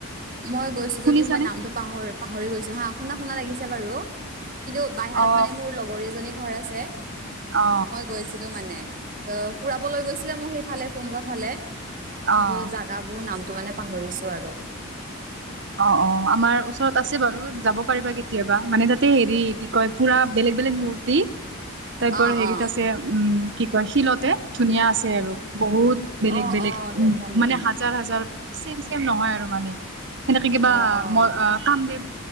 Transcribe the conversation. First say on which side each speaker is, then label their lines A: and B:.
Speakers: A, on the right; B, on the right.
A: মই গৈছো
B: শুনিছানে
A: যদিও মই নামটো পাহৰি পাহৰি গৈছো হা', শুনা শুনা লাগিছে বাৰু। কিন্তু বাইহাতত
B: অ
A: মানে মোৰ লগৰ এজনী ঘৰ আছে,
B: অ
A: মই গৈছিলো মানে। ত' ফুৰাব লৈ গৈছিলে মোক সেইফালে কোনোবা ফালে, কিন্তু
B: অ অ
A: জাগাবোৰ নাম টো মানে পাহৰিছো আৰু।
B: অ অ, আমাৰ ওচৰত আছে বাৰু, যাব পাৰিবা কেতিয়াবা, মানে তাতে হেৰি কি কয় পুৰা বেলেগ বেলেগ মূ ৰ্তি তাৰপৰা
A: অ
B: হেৰিত
A: অ
B: আছে উম কি কয় শিলতে। ধুনীয়া আছে আৰু, বহুত বেলেগ
A: অ
B: বেলেগ
A: অ তেনেকা
B: উম
A: নেকি?
B: মানে হাজাৰ হাজাৰ ছেম ছেম নহয় আৰু মানে, সেনেকে কিবা
A: অ', অ',
B: মই কামদেৱ